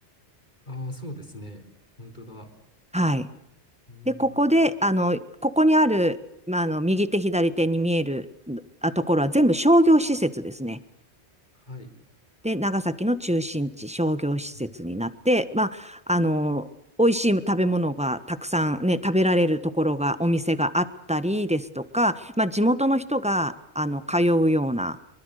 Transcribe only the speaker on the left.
ああ、そうですね。本当だ。
うーん、
はい。
うん